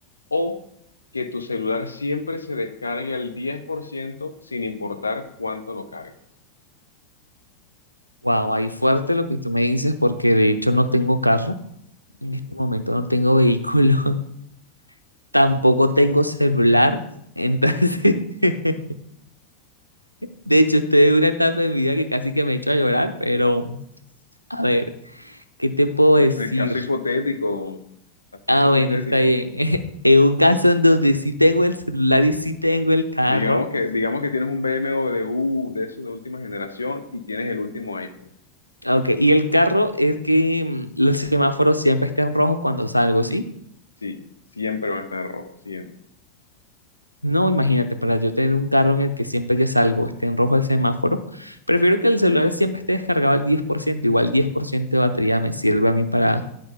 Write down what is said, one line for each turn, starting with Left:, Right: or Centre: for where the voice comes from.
Left: o que tu celular siempre se descargue al 10% sin importar cuánto lo cargues?
Right: Wow, ahí fuerte lo que tú me dices, porque de hecho no tengo carro, en este momento no tengo vehículo, <laughs> Tampoco tengo celular, entonces, <laughs> de hecho, estoy en una etapa de mi vida que casi que me he hecho a llorar, pero a ver, ¿qué te puedo decir?
Left: En el caso hipotético, el caso
Right: Ah,
Left: hipotético,
Right: bueno, está bien. <laughs> En un caso en donde sí tengo el celular y sí tengo el carro.
Left: digamos que, digamos que tienes un BMW de esos de última generación y tienes el último iPhone.
Right: Ok, y el carro es que mm, los semáforos siempre estén rojos cuando salgo, ¿sí?
Left: Sí, siempre van a estar en rojo, siempre.
Right: No, imagínate, para yo tener un carro en el que siempre que salgo esté en rojo el semáforo, prefiero que el celular siempre esté descargado al diez por ciento igual 10% de batería me sirve a mí para